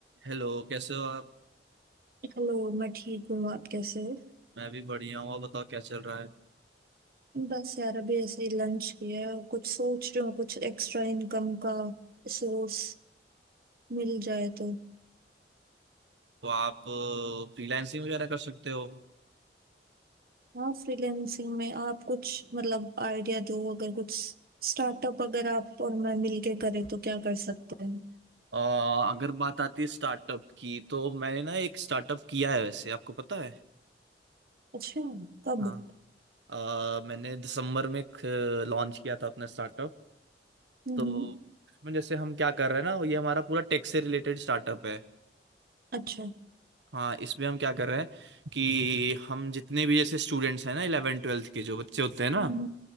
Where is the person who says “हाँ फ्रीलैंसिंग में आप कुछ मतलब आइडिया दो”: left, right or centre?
Right